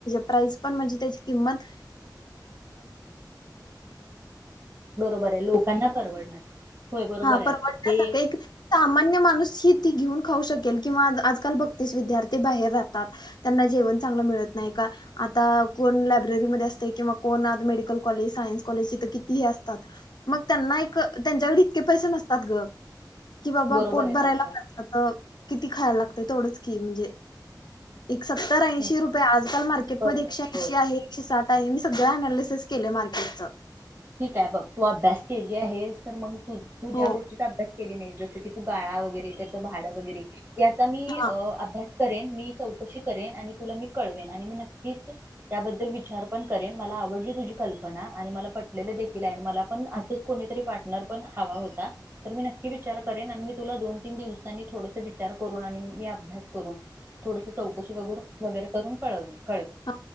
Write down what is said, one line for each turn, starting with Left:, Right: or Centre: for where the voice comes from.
Left: प्राईस पण म्हणजे त्याची किंमत
Right: बरोबर आहे लोकांना परवडणार- होय बरोबर
Left: हा
Right: आहे
Left: परवडण्यासारखा
Right: ते
Left: एक, सामान्य माणूस हि ती घेऊन- खाऊ शकेल, किंवा आज आज काल बघतेस विद्यार्थी बाहेर खाऊ शकेल किंवा आजकाल बघतेस विद्यार्थी बाहेर राहतात, त्यांना जेवण चांगलं मिळत नाही का आता कोण लायब्ररीमध्ये असतेय किंवा कोण आज मेडिकल कॉलेज सायन्स कॉलेज इथ किती ही असतात मग त्यांना एक त्यांच्याकडे- पैसे नसतात ग कि बाबा
Right: बरोबर
Left: पोट
Right: आहे
Left: भरायला
Right: बरोबर आहे
Left: त किती खायला लागत- तोडंच की म्हणजे- सत्तर ऐंशी
Right: हम्म,
Left: रुपये आजकाल मार्केट
Right: बरोबर
Left: मध्ये एकशे ऐंशी
Right: होय
Left: आहे एकशे सात आहे मी सगळ्या न - लेसेस केलं मार्केटच् -
Right: ठीक आहे बघ, तू अभ्यास केली आहे हे तर मंग! हम्म तु ज्या
Left: हो.
Right: गोष्टीचा अभ्यास- केले नाही जसं की तू गाळा वगैरे त्याचं भाडं वगैरे- याचा मी
Left: हां,
Right: अ अभ्यास- करेन मी चौकशी करेन, आणि तुला मी कळवेन, आणि मी नक्कीच त्या-बद्दल विचार पण करेन मला आवडली तुझी कल्पना आणि मला प ले लेदेकिल मला पण असच कोणी तरी पाटनर पण हवा होता. तर मी नक्की विचार करेन आणि मी तुला दोन तीन दिवसांनी थोडसं विचार करून आणि मी अभ्यास करून- थोडस चौकशी वग वगैरे करून- कळवते
Left: हा